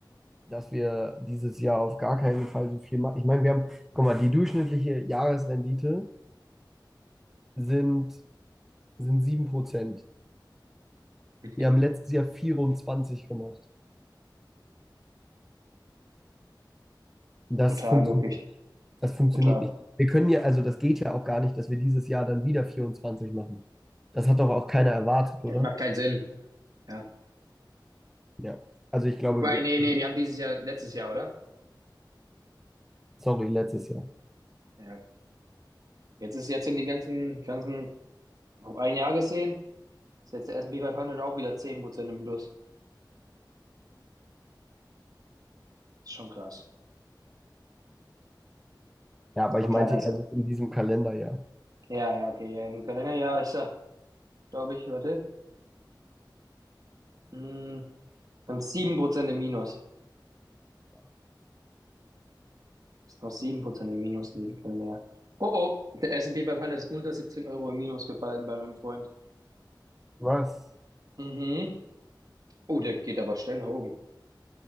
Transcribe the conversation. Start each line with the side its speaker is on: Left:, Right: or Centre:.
Centre: dass wir dieses Jahr auf gar keinen Fall so viel machen. Ich meine, wir haben, guck mal, die durchschnittliche Jahresrendite sind, sind 7%.
Right: Mhm.
Centre: Wir haben letztes Jahr 24 gemacht. Das
Right: Brutal,
Centre: funktioniert,
Right: wirklich.
Centre: nicht. das funktioniert
Right: Brutal.
Centre: nicht. Wir können ja, also das geht ja auch gar nicht, dass wir dieses Jahr dann wieder 24 machen. Das hat doch auch keiner erwartet,
Right: Das
Centre: oder?
Right: macht keinen Sinn. Ja.
Centre: Ja. Also ich glaube,
Right: Wobei,
Centre: wir,
Right: nee, nee, wir haben dieses Jahr, letztes Jahr, oder?
Centre: sorry, letztes Jahr.
Right: Ja. Jetzt ist, jetzt sind die ganzen, ganzen, auf ein Jahr gesehen, ist jetzt der S&P 500 auch wieder 10% im Plus. Ist schon krass.
Centre: Ja, aber
Right: Aber
Centre: ich
Right: klar,
Centre: meinte
Right: da ist
Centre: eher
Right: ein,
Centre: so in diesem Kalenderjahr.
Right: ja, ja, okay, ja, im Kalenderjahr ist er, glaube ich, warte. Mm, Dann 7% im Minus.
Centre: Ja.
Right: Ist noch 7% im Minus in dem Kalender. Oh oh, der S S&P 500 ist unter 17 Euro im Minus gefallen bei meinem Freund.
Centre: Was?
Right: Mhm. Oh, der geht aber schnell nach oben.